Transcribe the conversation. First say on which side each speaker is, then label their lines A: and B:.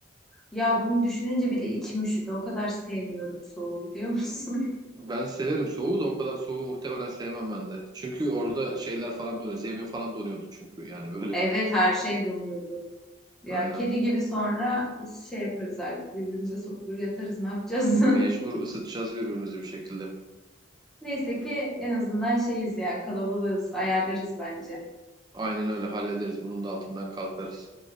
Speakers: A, in the centre; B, on the right.
A: Ya bunu düşününce bile içim üşüdü. O kadar sevmiyorum soğuğu biliyor musun? <laughs>
B: Ben severim soğuğu da o kadar soğuğu muhtemelen sevmem ben de. Çünkü orada şeyler falan donuyor. Zemin falan donuyordu çünkü yani böyle.
A: Evet her şey donuyordu. Ya
B: Aynen.
A: kedi gibi sonra şey yaparız artık birbirimize sokulur yatarız ne yapacağız?
B: Mecbur ısıtacağız birbirimizi bir şekilde.
A: <laughs> Neyse ki en azından şeyiz ya kalabalığız ayarlarız bence.
B: Aynen öyle hallederiz. Bunun da altından kalkarız.